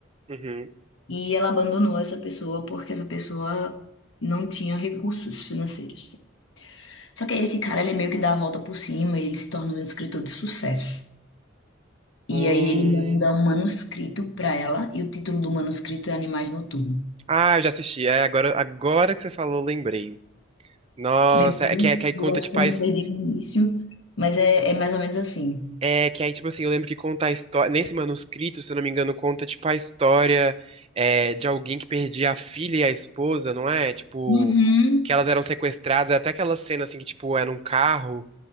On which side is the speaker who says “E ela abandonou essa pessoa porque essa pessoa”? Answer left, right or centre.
Left